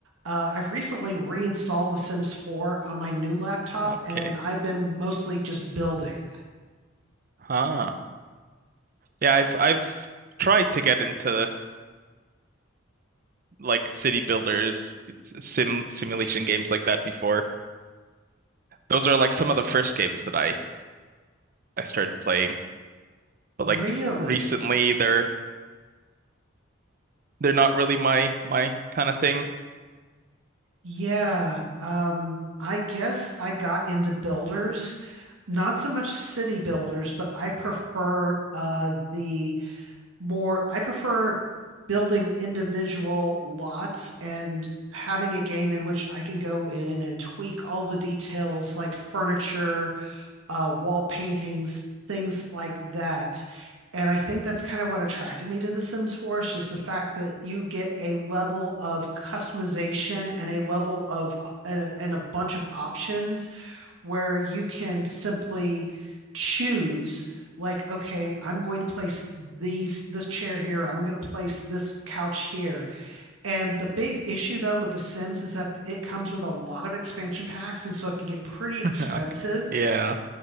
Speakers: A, on the right (about 80°); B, on the right (about 40°).
A: Uh, I've recently reinstalled The Sims 4 on my new laptop,
B: Okay.
A: and I've been mostly just building.
B: Huh. Yeah, I've I've tried to get into like city builders, sim simulation games like that before. Those are like some of the first games that I I started playing. But
A: Really?
B: like recently they're they're not really my my kind of thing. <laughs>
A: Yeah, um, I guess I got into builders, not so much city builders, but I prefer uh the more I prefer building individual lots and having a game in which I can go in and tweak all the details like furniture uh, wall paintings, things like that. And I think that's kind of what attracted me to The Sims 4 is just the fact that you get a level of customization and a level of uh, and a, and a bunch of options where you can simply choose like, okay, I'm going to place these this chair here, I'm going to place this couch here. And the big issue though with The Sims is that it comes with a lot of expansion packs, and so it can get pretty expensive.
B: Okay. Yeah.